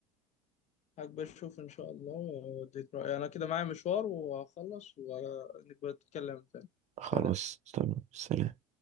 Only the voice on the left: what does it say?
هقبل اشوف ان شاء الله واديك رأيي انا كده معايا مشوار وهخلص ونبقى نتكلم تاني
سلام